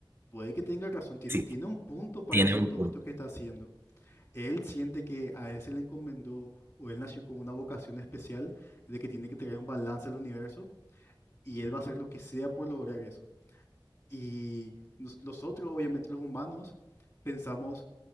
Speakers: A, on the left (about 35°); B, on the right (about 25°).
A: puede que tenga razón, tiene,
B: Sí,
A: tiene un punto para
B: tiene
A: hacer
B: un
A: todo
B: punto.
A: esto que está haciendo. él siente que a él se le encomendó o él nació con una vocación especial de que tiene que traer un balance al universo y él va a hacer lo que sea por lograr eso. Y nos- nosotros, obviamente los humanos, pensamos,